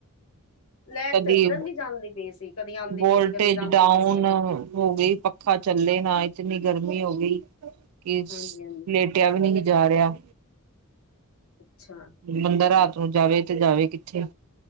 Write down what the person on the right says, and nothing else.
ਕਦੀ,
ਵੋਲਟੇਜ
ਡਾਊਨ
ਹੋ ਗਈ, ਪੱਖਾ ਚੱਲੇ ਨਾ ਇਤਨੀ ਗਰਮੀ ਹੋ ਗਈ ਕਿ ਸ
ਲੇਟ ਟਿਆ ਵੀ ਨੀ ਜਾ ਰੇਆ।
ਬੰਦਾ ਰਾਤ ਨੂੰ ਜਾਵੇ ਤੇ ਜਾਵੇ ਕਿੱਥੇ।